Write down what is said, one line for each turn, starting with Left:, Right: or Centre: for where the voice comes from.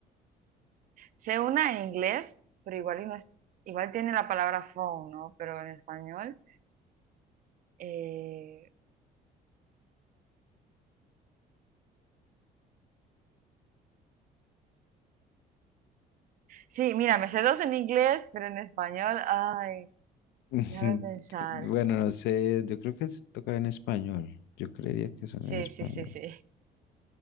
Right: Sé una en inglés, pero igual, y no es- igual tiene la palabra phone, ¿no? Pero en español. eh, Sí, mira, me sé dos en inglés, pero en español, ay,
Left: <laughs>
Right: déjame pensar.
Left: Bueno, no sé, yo creo que es- toca en español. Yo creería que son
Right: Sí,
Left: en español.
Right: sí, sí, sí.